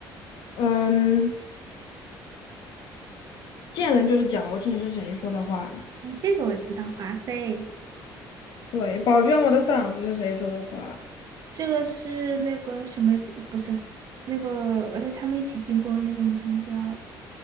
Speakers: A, on the left; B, on the right.
A: 嗯，贱人就是矫情是谁说的话？
B: 嗯，这个我知道，华妃。
A: 对，宝娟我的嗓子是谁说的话？
B: 这个是那个什么主，不是那个，哎，他们一起进宫的那个女生叫，